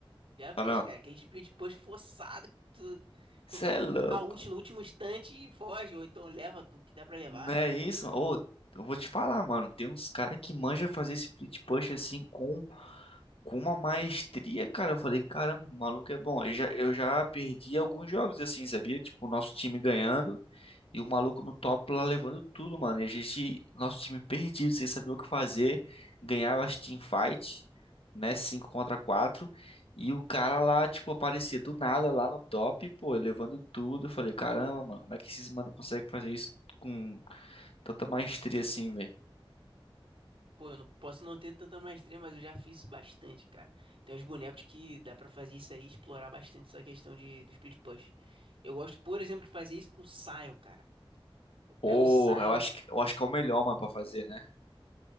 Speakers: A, on the right (about 70°); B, on the left (about 80°).
A: Já fiz,
B: Ou não?
A: cara. Aquele split push forçado que tu,
B: Você
A: tu f-
B: é louco.
A: dá ult no último instante e foge, ou então leva o que dá pra levar.
B: Não é isso, mano? Ô, eu vou te falar, mano, tem uns caras que manja fazer split push assim com. Com uma maestria, cara, eu falei, caramba, o maluco é bom. Eu já, eu já perdi alguns jogos assim, sabia? Tipo, o nosso time ganhando. E o maluco no top lá levando tudo, mano. E a gente, nosso time perdido, sem saber o que fazer. Ganhava as teamfight, né? cinco contra quatro E o cara lá, tipo, aparecia do nada lá no top, pô, levando tudo. Eu falei, caramba, mano, como é que esses mano conseguem fazer isso com tanta maestria assim, velho?
A: Pô, eu não posso não ter tanta maestria, mas eu já fiz isso bastante, cara. Tem uns bonecos que dá pra fazer isso aí, e explorar bastante essa questão de, do split push. Eu gosto, por exemplo, de fazer isso com Sion, cara. Eu pego
B: Porra,
A: o Sion.
B: eu acho que, eu acho que é o melhor, mano, pra fazer, né?